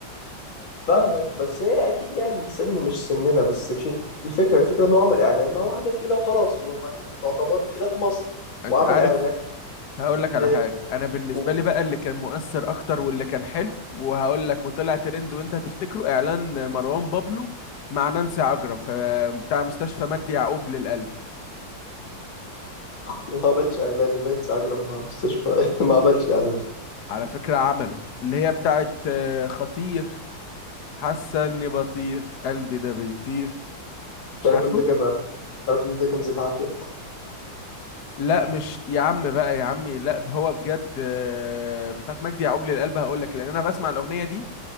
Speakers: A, on the left; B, on the left.
A: فاهمك بس هي اكيد يعني السن مش سننا بس مش الفكره الفكره ان هو عمل اعلان مع واحده تقيله وخلاص وما- وتعتبر تقيله في مصر
B: انت
A: وعامل
B: عارف
A: اعلانات
B: هقول لك
A: ل...
B: على حاجه انا بالنسبه
A: و-
B: لي بقى اللي كان مؤثر اكتر واللي كان حلو وهقول لك وطلع ترند وانت هتفتكره اعلان مروان بابلو مع نانسي عجرم ف- بتاع مستشفى مجدي يعقوب للقلب
A: وما عملش اعلان لنانسي عجرم مع مستشفى <laughs> ما عملش اعلان ده
B: على فكره عمله اللي هي بتاعت آه، خطير حاسه اني بطير قلبي ده بيطير مش
A: تعرف
B: عارفه
A: ان ده كان تعرف ان ده كان زيت عافيه
B: لا مش يا عم بقى يا عمي لا هو بجد آه، بتاعت مجدي يعقوب للقلب هقول لك لان انا بسمع الاغنيه دي